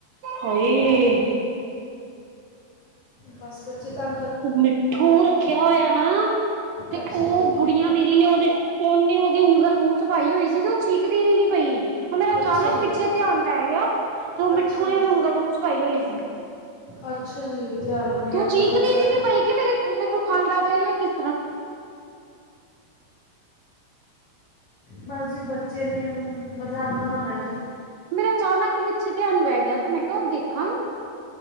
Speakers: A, on the right (about 80°); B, on the left (about 65°).
A: ਹਾਏ।
B: ਤੇ ਬਸ, ਬੱਚੇ ਤੰ
A: ਮਿੱਠੂ! ਰੱਖਿਆ ਹੋਇਆ ਨਾ। ਤੇ
B: ਅੱਛਾ
A: ਉਹ
B: ਜੀ
A: ਗੁੜੀਆਂ ਮੇਰੀ ਨੇ ਉਹਦੇ, ਉਹਨੇ ਉਹਦੀ ਉਂਗਲ ਮੂੰਹ'ਚ ਪਾਈ ਹੋਈ ਸੀ, ਤੇ ਉਹ ਚੀਕਦੀ ਵੀ ਨੀ ਪਈ। ਉਹ ਮੇਰਾ ਅਚਾਨਕ
B: ਅੱਛਾ ਜੀ
A: ਪਿੱਛੇ ਧਿਆਨ ਪੈਗਿਆ, ਤੇ ਉਹ ਮਿੱਠੂ
B: ਅੱਛਾ ਜੀ
A: ਨੇ ਉਹਦੀ ਉਂਗਲ ਮੂੰਹ'ਚ ਪਾਈ ਹੋਈ ਸੀ। ਤੇ
B: ਅੱਛਾ ਜੀ! ਧਿਆਨ ਰੱਖਿਆ
A: ਉਹ
B: ਕਰੋ,
A: ਚੀਕਦੀ
B: ਬੱਚਿਆ
A: ਵੀ
B: ਦਾ।
A: ਨੀ ਪਈ ਕਿ ਮੇਰੇ ਮੈਨੂੰ ਖਾਂਦਾ ਪਿਆ ਈ, ਏ ਕਿਸ ਤਰ੍ਹਾਂ
B: ਬਸ ਜੀ ਬੱਚੇ ਨੇ ਉਹਨੂੰ, ਮਜ਼ਾ ਆਂਦਾ ਹੋਣਾ ਜੀ।
A: ਮੇਰਾ ਅਚਾਨਕ ਈ ਪਿੱਛੇ ਧਿਆਨ ਪੈਗਿਆ, ਤੇ ਮੈਂ ਕਿਹਾ ਓ ਦੇਖਾਂ।